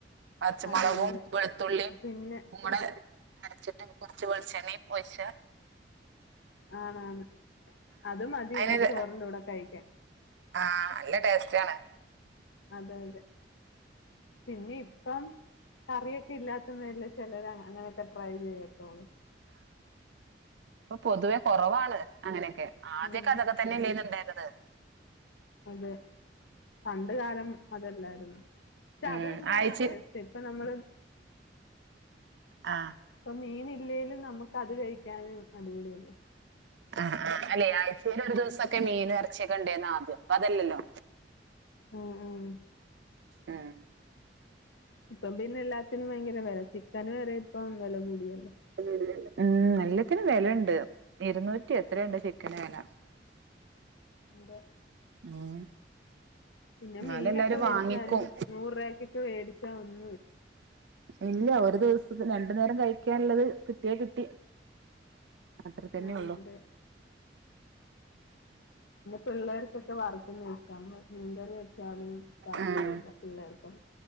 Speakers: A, on the right; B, on the left.
A: പച്ചമുളകും
B: അതെ അതെ
A: വെളുത്തുള്ളിയും
B: പിന്നെ
A: ഉപ്പും കൂടെ അരച്ചിട്ട് കുറച്ചു വെളിച്ചെണ്ണയും ഒഴിച്ച്
B: ആണാണ് അത് മതി പിന്നെ
A: അയിന്
B: ചോറിന്റെറെ കൂടെ കഴിക്കാൻ
A: ആഹ് നല്ല ടേസ്റ്റ ആണ്
B: അതെ അതെ പിന്നെ ഇപ്പം <unintelligible> ഇല്ലാത്ത പേരിലെ ചിലര് അങ്ങനെയൊക്കെ ട്രൈ ചെയ്യത്തോള്ളൂ
A: അപ്പൊ പൊതുവെ കുറവാണ് അങ്ങനെയൊക്കെ ആദ്യമൊക്കെ
B: ഉം
A: അതൊക്കെ തന്നെ ഇല്ലന്നണ്ടായിരുന്നത് ആ
B: അതെ പണ്ട് കാലം അതല്ലായിരുന്നോ പക്ഷെ
A: ഉം
B: അതും വേറൊരു
A: ആഴ്ച
B: ടേസ്റ്റ് ഇപ്പൊ നമ്മള്
A: ആ
B: ഇപ്പം മീൻ ഇല്ലേലും നമ്മക്ക് അത് കഴിക്കാൻ അടിപൊളിയല്ലേ
A: ആ ആ അല്ലെ ആഴ്ചയിൽ ഒരു ദിവസമൊക്കെ മീനും ഇറച്ചിയുമൊക്കെ ഉണ്ടാരുന്നു ആദ്യം ഇപ്പൊ അതല്ലല്ലോ
B: ഉം ഉം
A: ഉം
B: ഇപ്പം പിന്നെ എല്ലാത്തിനും ഭയങ്കര വില ചിക്കന് വരെ ഇപ്പൊ വില കൂടിയല്ലോ
A: <unintelligible> എല്ലത്തിനും വില ഉണ്ട് ഇരുന്നൂറ്റി എത്രങ്ങാണ്ട
B: ആന്ന്
A: ചിക്കൻ വില
B: അതെ
A: ഉം
B: പിന്നെ
A: എന്നാലും
B: മീൻ
A: എല്ലാരും
B: ഒക്കെ വെടിച്ചാലും
A: വാങ്ങിക്കും
B: നൂറ് രൂപയ്ക്കൊക്കെ വെടിച്ചാല് ഒന്നും
A: ഇല്ല ഒരു ദിവസം രണ്ടു നേരം കഴിക്കാനുള്ളത് കിട്ടിയാൽ കിട്ടി അത്ര തന്നെ
B: ആഹ്
A: ഉള്ളൂ
B: അതെ
A: <inaudible>
B: പിള്ളാർക്കൊക്കെ വറുക്കുന്നത് ഇഷ്ടം മീൻകറി വെച്ചാലും താല്പര്യം
A: ഉം
B: ഇല്ല പിള്ളേർക്കും